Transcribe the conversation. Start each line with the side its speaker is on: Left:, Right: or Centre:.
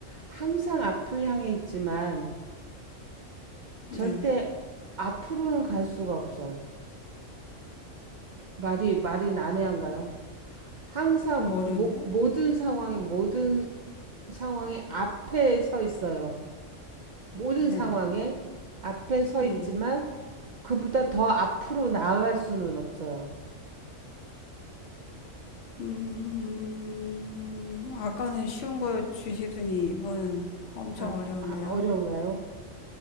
Right: 항상 앞을 향해 있지만
Left: 네.
Right: 절대 앞으로는 갈 수가 없어요. 말이, 말이 난해한가요? 항상
Left: 너무 어려운데?
Right: 모, 모든 상황에 모든 상황이 앞에 서 있어요. 모든
Left: 네.
Right: 상황에 앞에 서
Left: 네.
Right: 있지만 그보다 더 앞으로 나아갈 수는 없어요.
Left: 음, 아까는 쉬운 거 주시더니 이번은 엄청
Right: 아,
Left: 어려운데요.
Right: 아, 어려운가요?